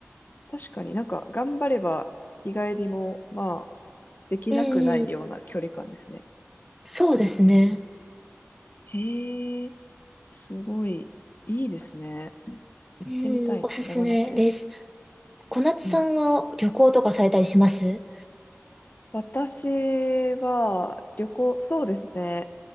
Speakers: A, on the left; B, in the centre.
A: 確かになんか頑張れば意外にも、まあ、できなくないような距離感ですね。
B: うん、そうですね。
A: へえ、すごい、いいですね。行ってみたい、
B: うん、おすすめです。
A: 長野県。
B: 小夏さんは旅行とかされたりします
A: うん。私は旅行、そうですね。